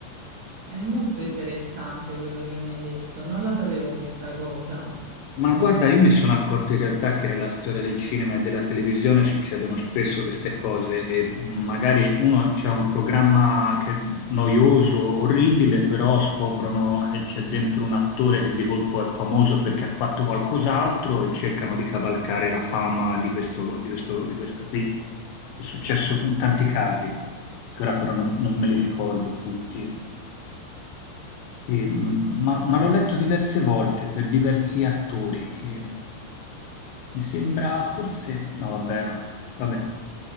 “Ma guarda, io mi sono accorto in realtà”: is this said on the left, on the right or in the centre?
Left